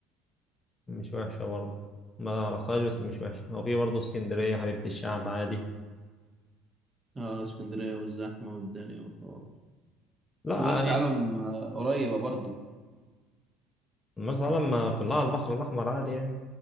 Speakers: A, on the left; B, on the right.
A: مش وحشه برضه ما رحتهاش بس مش وحشه وفي برضه اسكندريه حبيبه الشعب عادي
B: اه اسكندرية والزحمة والدنيا والحوار
A: لا
B: بس مرسى
A: يعني
B: علم آه، قريبة برضو
A: مرسى علم ما كلها على البحر الاحمر عادي يعني